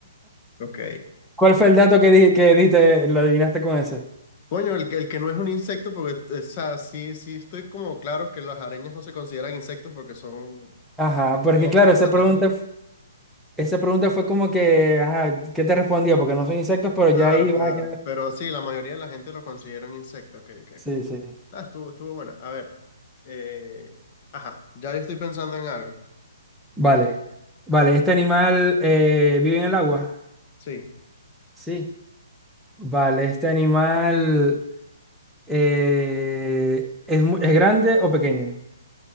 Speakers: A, on the left; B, in the centre.
A: Ok.
B: ¿Cuál fue el dato que, di que diste, lo adivinaste con ese?
A: Coño, el, que el que no es un insecto, porque, o sea, sí, sí estoy como claro que las arañas no se consideran insectos porque son...
B: Ajá,
A: tienen
B: porque claro,
A: ocho
B: esa
A: patas,
B: pregunta,
A: ¿no?
B: esa pregunta fue como que, ajá, ¿qué te respondía? Porque no son insectos, pero
A: Claro,
B: ya ahí
A: claro.
B: va a quedar.
A: Pero sí, la mayoría de la gente lo considera un insecto. Ok, ok,
B: Sí,
A: ok.
B: sí.
A: Ah, estuvo, estuvo buena. A ver. eh, ajá, ya yo estoy pensando en algo.
B: Vale. Vale, ¿este animal eh, vive en el agua?
A: Sí.
B: Sí. Vale, ¿este animal eh, es, mu- es grande o pequeño?